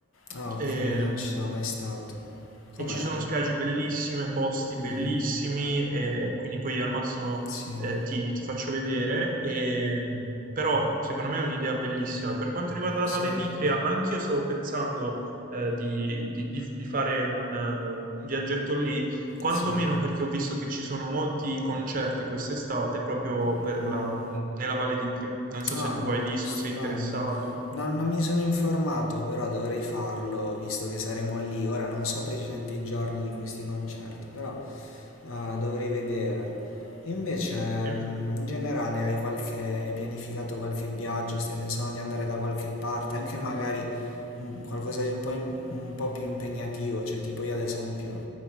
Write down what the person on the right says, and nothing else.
E,
e ci sono spiagge bellissime, posti
bellissimi,
e quindi poi al massimo
eh, ti, ti faccio vedere. E, mh, però secondo me è un'idea bellissima. Per quanto riguarda la
Valle d'Itria, anch'io stavo pensando eh, di, di- di- di fare un, eh, un viaggetto lì, quantomeno
perché ho visto che ci sono molti concerti quest'estate proprio per
la-
nella Valle d'Itria. Non so
se tu hai visto,
sei interessato.
Sì.